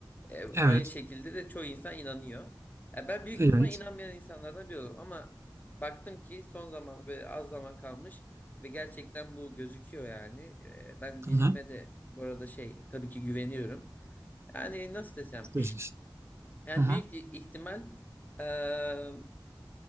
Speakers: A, on the left; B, on the right.
A: Ee,
B: Evet,
A: aynı şekilde de çoğu insan inanıyor. Ya ben büyük
B: evet.
A: ihtimal inanmayan insanlardan biri oldum ama baktım ki son zaman böyle az zaman kalmış ve gerçekten bu gözüküyor yani. Ee, ben
B: Hı
A: bilime
B: hı.
A: de bu arada şey tabii ki güveniyorum. Yani nasıl desem
B: Beşinci.
A: yani
B: Hı hı.
A: büyük ihtimal eee,